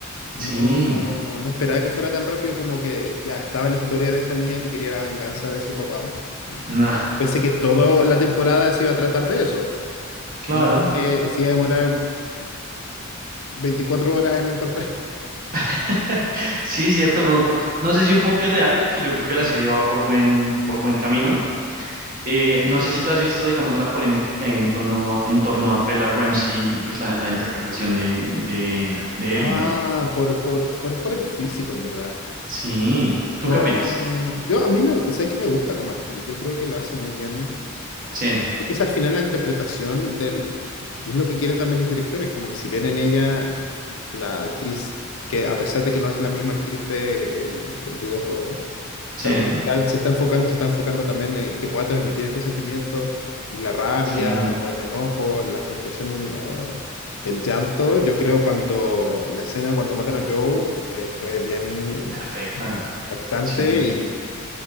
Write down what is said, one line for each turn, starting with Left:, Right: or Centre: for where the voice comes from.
Right: sí,
Left: No, no esperaba que fuera tan rápido como que ya estaba la historia de esta niña que quería la venganza de su papá.
Right: nada,
Left: Pensé que toda la temporada se iba a tratar de eso.
Right: claro.
Left: No que eh, se iba a demorar <laughs> 24 horas en encontrar.
Right: <laughs> Sí, cierto, fue un co- no sé si un poco irreal, porque yo creo que la serie va por buen, por buen camino, Eh, no sé si tú has visto, digamos, la polémica que hay en torno, en torno a Bella Ramsey y pues la, la interpretación de, de, de
Left: Ah,
Right: Ellie, ¿no?
Left: por, por, por, es por el físico, en verdad.
Right: Sí. ¿Tú
Left: No,
Right: qué opinas?
Left: yo a mí me, gu- sabes que me gusta como actriz, yo creo que lo hace muy bien,
Right: Sí,
Left: porque es al final la interpretación del, y es lo que quieren también los directores, como que si ven en ella la actriz, que a pesar de que no es la misma actriz de- del, del videojuego,
Right: sí,
Left: Tal vez se está, se está enfocando, se está enfocando también en que pueda transmitir estos sentimientos y la rabia
Right: sí.
Left: o el enojo, la frustración o el llanto. Yo creo cuando la escena cuando matan a Joe eh, fue bien
Right: Perfecta.
Left: impactante
Right: Sí,
Left: y,